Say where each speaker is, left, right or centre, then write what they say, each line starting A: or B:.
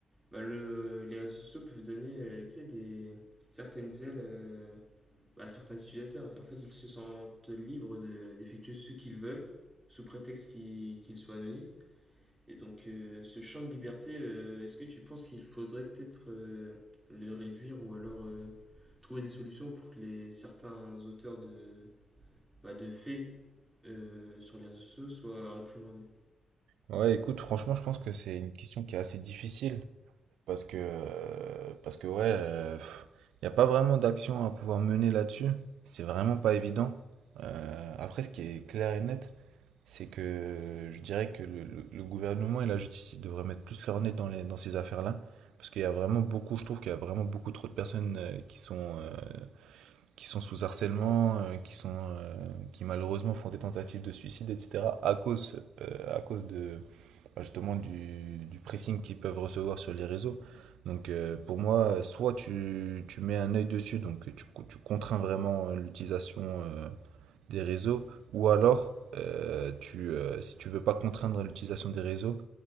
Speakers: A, on the right; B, on the right.
A: bah, le, les réseaux sociaux peuvent donner euh, tu sais, des, certaines ailes euh, à certains utilisateurs. en fait, ils se sentent libres de- d'effectuer ce qu'ils veulent, sous prétexte qu'ils qu'ils soient anonymes. Et donc, euh, ce champ de liberté, euh, est-ce que tu penses qu'il faudrait peut-être euh, le réduire ou alors euh, trouver des solutions pour que les, certains auteurs de, bah, de faits euh, sur les réseaux sociaux soient réprimandés?
B: Ouais, écoute, franchement, je pense que c'est une question qui est assez difficile. Parce que, euh, parce que ouais, il n'y a pas vraiment d'action à pouvoir mener là-dessus. C'est vraiment pas évident. Euh, après, ce qui est clair et net, c'est que je dirais que le, le- le gouvernement et la justice ils devraient mettre plus leur nez dans les, dans ces affaires-là. Parce qu'il y a vraiment beaucoup, je trouve qu'il y a vraiment beaucoup trop de personnes euh, qui sont, euh, qui sont sous harcèlement, euh, qui sont, euh, qui malheureusement font des tentatives de suicide, etc., à cause, euh, à cause de, bah, justement du, du pressing qu'ils peuvent recevoir sur les réseaux. Donc euh, pour moi, soit tu, tu mets un œil dessus, donc tu, tu contrains vraiment euh, l'utilisation euh, des réseaux, ou alors, euh, tu, euh, si tu veux pas contraindre l'utilisation des réseaux,